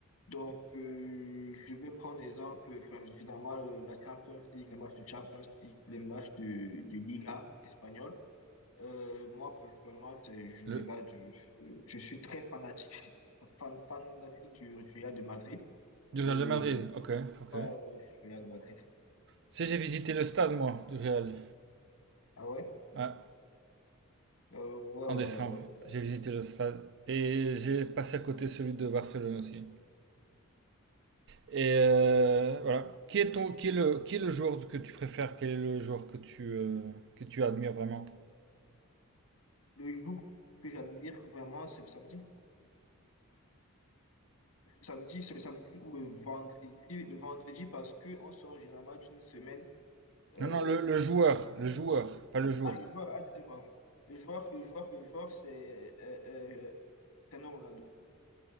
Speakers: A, on the left; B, on the right.
A: Donc, euh, je vais prendre exemple, enfin, évidemment, le- la Champions League, les matchs de Champions League, les matchs de, de Liga espagnole. Euh, moi, principalement, c'est- je
B: Le,
A: regarde, du- je, je suis très fanatique, fan, fanatique du Real de Madrid.
B: du
A: Et,
B: Real de Madrid,
A: ouais,
B: ok, ok.
A: ouais, ouais, je suis Real de Madrid.
B: Si j'ai visité le stade, moi, du Real,
A: Ah ouais?
B: Ah,
A: Euh, ouais, ouais,
B: en décembre,
A: ouais, ouais.
B: j'ai visité le stade et j'ai passé à côté celui de Barcelone aussi. Et euh, voilà. Qui est ton, qui est le, qui est le joueur que tu préfères? Quel est le joueur que tu, euh, que tu admires vraiment?
A: Le jour que j'admire vraiment, c'est le samedi. Le samedi, c'est le samedi ou le vendredi. Le vendredi, parce qu'on sort généralement d'une semaine. euh,
B: Non, non, le, le joueur, le joueur, pas le jour.
A: Ah, le joueur, ah, désolé, pardon. Le joueur, le joueur, le joueur, c'est euh, euh, Cristiano Ronaldo.